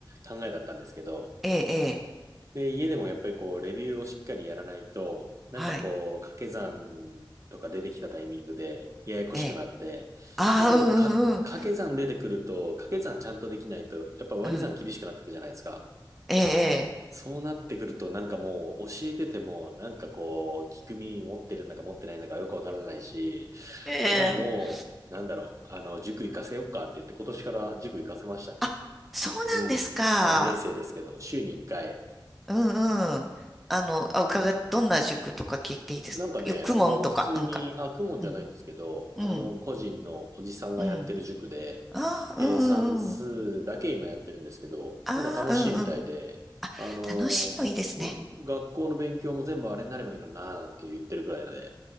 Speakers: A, on the right; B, in the centre.
A: 考えだったんですけど、
B: ええ、ええ、
A: で、家でもやっぱりこう、レビューをしっかりやらないと、なんかこう、
B: はい、
A: 掛け算とか出てきたタイミングでややこしくなって、
B: ええ。ああ、
A: で、今度か、
B: うんうんうん。
A: 掛け算出てくると、掛け算ちゃんとできないと、やっぱ割り算厳しくなってくじゃないですか。
B: うん、ええ、
A: そうなってくると、なんかもう、教えてても、なんかこう、聞く耳持ってるんだか持ってないんだかよくわからないし、
B: ええ。
A: じゃあもう、
B: ええ
A: なんだろう、あの、塾行かせよっかって言って、今年から塾行かせましたね。
B: あ、そうなんですか。
A: うん。3年生ですけど、週に1回、
B: うんうん。あの、あ、伺っ、どんな塾とか聞いていいですかよ、
A: なんかね、
B: 公文とか、
A: あの、普通に、
B: なんか。
A: あ、公文じゃないんですけど、
B: うん、うん、
A: あの、個人のおじさんがやってる塾で、
B: うん。あー、
A: えー算数だけ今やってるんですけど、
B: うんうんうん。あうんうんうんあうんうん
A: なんか楽しいみたいで、あの、
B: 楽しいのいいですね。
A: そう、学校の勉強も全部あれになればいいのにな、なんて言ってるぐらいなんで、